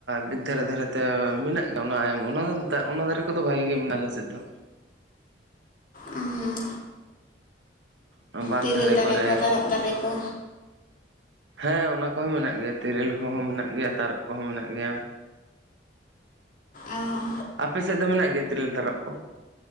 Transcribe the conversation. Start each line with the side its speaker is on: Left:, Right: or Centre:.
Right: ᱵᱤᱫᱽᱫᱷᱟᱨᱮ ᱫᱷᱟᱨᱮᱛᱮ ᱢᱮᱱᱟᱜ ᱜᱮᱭᱟ ᱚᱱᱟᱢᱟ ᱚᱱᱟ ᱚᱱᱟ ᱫᱟᱨᱮ ᱠᱚᱫᱚ ᱵᱷᱟᱜᱮ ᱜᱮ ᱢᱮᱱᱟᱜ-ᱟ ᱟᱞᱮ ᱥᱮᱫ ᱫᱚ
Left: ᱦᱚᱸ
Right: ᱵᱟᱸᱫ
Left: ᱛᱮᱨᱮᱞ
Right: ᱫᱷᱟᱨᱮ
Left: ᱫᱟᱨᱮ
Right: ᱠᱚᱨᱮ
Left: ᱠᱚ ᱛᱟᱨᱚᱵ ᱫᱟᱨᱮ ᱠᱚ
Right: ᱦᱮᱸ ᱚᱱᱟ ᱠᱚᱦᱚᱸ ᱢᱮᱱᱟᱜ ᱜᱮᱭᱟ ᱛᱮᱨᱮᱞ ᱠᱚᱦᱚᱸ ᱢᱮᱱᱟᱜ ᱜᱮᱭᱟ ᱛᱟᱨᱚᱯ ᱠᱚᱦᱚᱸ ᱢᱮᱱᱟᱜ ᱜᱮᱭᱟ
Left: ᱚ ᱦᱚᱸ
Right: ᱟᱯᱮ ᱥᱮᱫ ᱫᱚ ᱢᱮᱱᱟᱜ ᱜᱮᱭᱟ ᱛᱮᱨᱮᱞ ᱛᱟᱨᱟᱯ ᱠᱚ